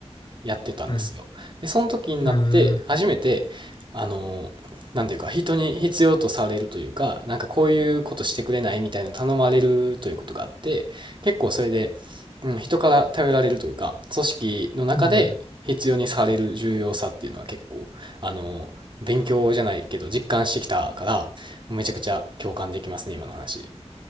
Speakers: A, on the right; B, on the left.
A: やってたんですよ。
B: うん、
A: で、その時になって、
B: うん、
A: 初めて、あの、なんていうか、人に必要とされるというか、なんかこういうことしてくれないみたいな頼まれるということがあって、結構それで、うん、人から頼られるというか、組織の中で必要にされる重要さっていうのは結構、
B: うん、うん。
A: あの、勉強じゃないけど実感してきたから、めちゃくちゃ共感できますね、今の話。